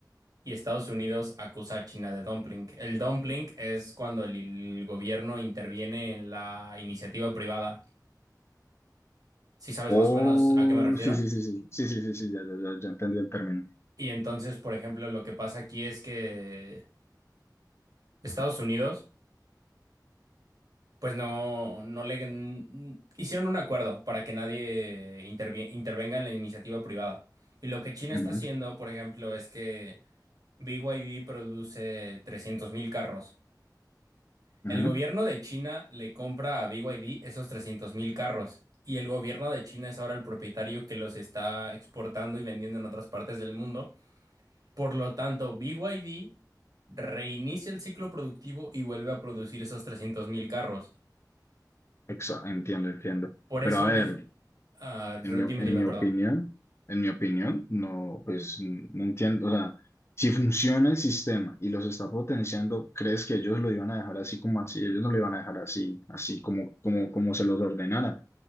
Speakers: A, on the right; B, on the left.
A: y Estados Unidos acusa a China de dumpling. El dumpling es cuando el el gobierno interviene en la iniciativa privada. ¿Sí sabes
B: Oh,
A: más o menos a qué me refiero?
B: sí, sí, sí, sí, sí, sí, sí, sí, ya, ya, ya, ya entendí el término.
A: Y entonces, por ejemplo, lo que pasa aquí es que Estados Unidos, pues no, no le n- hicieron un acuerdo para que nadie intervie- intervenga en la iniciativa privada. Y lo que China
B: Ujú,
A: está haciendo, por ejemplo, es que BYD produce trescientos mil carros. El
B: ujú.
A: gobierno de China le compra a BYD esos trescientos mil carros. Y el gobierno de China es ahora el propietario que los está exportando y vendiendo en otras partes del mundo. Por lo tanto, BYD reinicia el ciclo productivo y vuelve a producir esos 300.000 carros.
B: Exa- entiendo, entiendo.
A: Por
B: Pero
A: eso
B: a
A: mismo...
B: ver,
A: ah, re-
B: En mi,
A: dime,
B: en
A: dime,
B: mi
A: perdón.
B: opinión, en mi opinión, no, pues n- no entiendo, o sea, si funciona el sistema y los está potenciando, ¿crees que ellos lo iban a dejar así como así? Ellos no lo iban a dejar así, así como, como, como se los ordenara.